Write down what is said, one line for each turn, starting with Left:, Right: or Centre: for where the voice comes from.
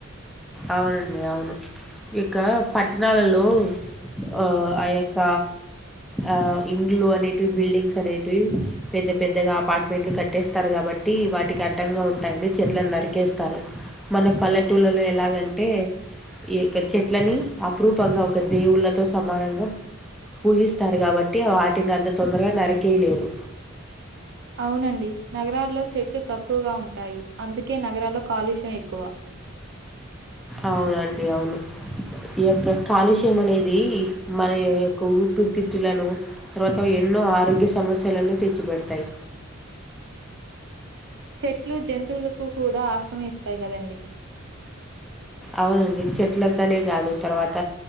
Centre: అవునండి అవును ఇక పట్టణాలలో ఆ ఆ యొక్క ఆ ఇండ్లు అనేటివి బిల్డింగ్స్ అనేటివి పెద్ద పెద్దగా అపార్ట్మెంట్లు కట్టేస్తారు కాబట్టి వాటికి అడ్డంగా ఉంటాయనీ చెట్లను నరికేస్తారు మన పల్లెటూలలో ఎలాగా అంటే ఈ యొక్క చెట్లని అపురూపంగా ఒక దేవుళ్ళతో సమానంగా పూజిస్తారు కాబట్టి వాటిని అంత తొందరగా నరికేయలేరు
Right: అవునండి నగరాల్లో చెట్లు తక్కువగా ఉంటాయి అందుకే నగరాల్లో కాలుష్యం ఎక్కువ
Centre: అవునండి అవును ఈ యొక్క కాలుష్యం అనేది మన యొక్క ఊపిరితిత్తులను తర్వాత ఎన్నో ఆరోగ్య సమస్యలను తెచ్చి పెడతాయి
Right: చెట్లు జంతువులకు కూడా ఆస్ ఆశ్ర ఇస్తాయి కదండి
Centre: అవునండి చెట్లకనే కాదు తర్వాత